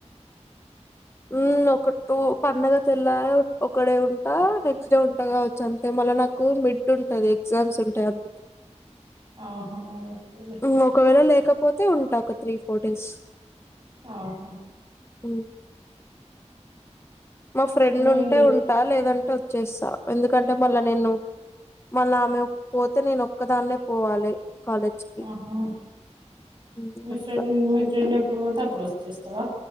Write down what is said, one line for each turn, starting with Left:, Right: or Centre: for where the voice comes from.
Left: ఉమ్ ఒక టూ పండగ తెల్లార్ ఒక్కడే ఉంటా నెక్స్ట్ డే ఉంటా కావచ్చు అంతే మళ్ళ నాకు మిడ్ ఉంటది ఎగ్జామ్స్ ఉంటయ్ అందుకే
Right: ఆహా ఓకేలే
Left: ఉమ్ ఒకవేళ లేకపోతే ఉంటా ఒక త్రీ ఫోర్ డేస్
Right: ఆహా
Left: ఉమ్ మా ఫ్రెండ్ ఉంటే
Right: ఆగి
Left: ఉంటా లేదంటే ఒచ్చేస్తా ఎందుకంటే మళ్ళా నేను మళ్ళామె పోతే నేనొక్కదాన్నే పోవాలి కాలేజ్కి
Right: ఆహా
Left: హ్మ్
Right: మీ
Left: అట్లా
Right: ఫ్రెండ్ మీ ఫ్రెండ్ ఎప్పుడు పోతే అప్పుడొచ్చేస్తవా